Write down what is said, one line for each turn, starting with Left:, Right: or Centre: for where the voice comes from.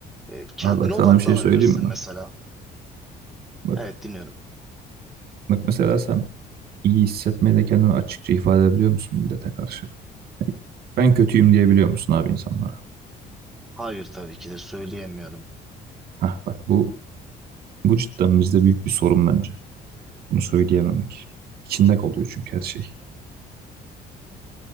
Centre: e, kendine
Right: Abi bak sana
Centre: odaklanabilirsin
Right: bir şey söyleyeyim mi?
Centre: mesela.
Right: Bak,
Centre: Evet dinliyorum.
Right: bak mesela sen iyi hissetmeyi de kendini açıkça ifade edebiliyor musun millete karşı? Ben kötüyüm diyebiliyor musun abi insanlara?
Centre: Hayır tabii ki de söyleyemiyorum.
Right: Hah bak bu bu cidden bizde büyük bir sorun bence. Bunu söyleyememek. İçinde kalıyor çünkü her şey.